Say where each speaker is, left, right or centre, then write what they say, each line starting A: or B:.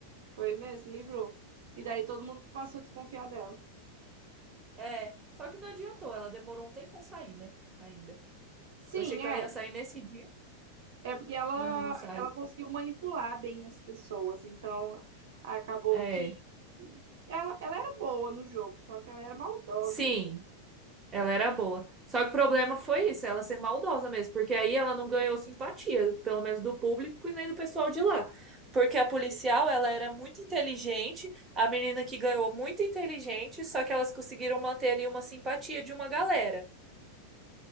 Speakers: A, on the right (about 55°); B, on the right (about 20°).
A: Foi mesmo, livrou. E daí todo mundo passou a desconfiar dela.
B: É, só que não adiantou, ela demorou um tempo a sair, né? Ainda.
A: Sim,
B: Eu achei que
A: é.
B: ela ia sair nesse dia,
A: É porque ela,
B: mas não saiu.
A: ela conseguiu manipular bem as pessoas. Então, acabou
B: É,
A: que ela, ela era boa no jogo, só que ela era maldosa.
B: sim, ela era boa. Só que o problema foi isso, ela ser maldosa mesmo, porque aí ela não ganhou simpatia, pelo menos do público e nem do pessoal de lá. Porque a policial,
A: É isso.
B: ela era muito inteligente, a menina que ganhou muito inteligente, só que elas conseguiram manter ali uma simpatia de uma galera.